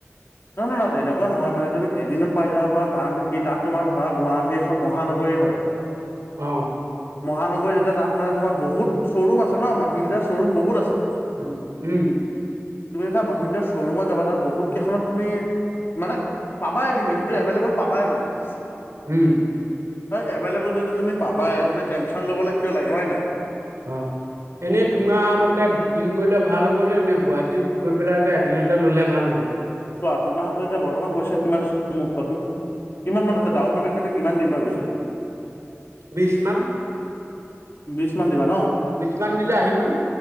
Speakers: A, on the left; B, on the right.
A: <unintelligible> এনেকুৱা নহয় মানে তুমি - পাই যাব পৰা কাৰণটো কি তাত তোমাৰ ধৰা গুৱাহাটী এখন মহানগৰী হয়।
B: অ
A: মহানগৰীযিত। তাত মানে তোমাৰ বহুত শ্বৰুম আছে ন মাসিন্দা শ্বৰুম বহুত আছে।
B: উ - উ
A: তুমি এটা মহিন্দ্ৰা শ্ব'ৰুমত যাবা তাত বহুত কেইখনত তুমি মানে - পাবাই তুমি হেইটো এভেলেভোল পাবাই মানে।
B: উ
A: হয় এভেলভোল যদি তুমি পাবাই তুমি টেনশ্যন ল'বলৈ কিয় লাগে হয় নে।
B: অ, এনেই তোমাৰ মতে বুকিং কৰিলে ভা ভাল হ'ব নে নে গুৱাহাটীত গৈ পেলাই যে এদিনতে ল'লে ভাল হ'ব?
A: চোৱা তোমাৰ হাতত যে এতিয়া বৰ্তমান পইচা কিমান ছে মোক কোৱাচোন? কিমান মান আছে ডাউন পে'মেণ্ট তুমি কিমান দিম ভাবিছ
B: বিছ মান।
A: বিছ মান দিবা ন,
B: বিশ মান দিলে আহিবনে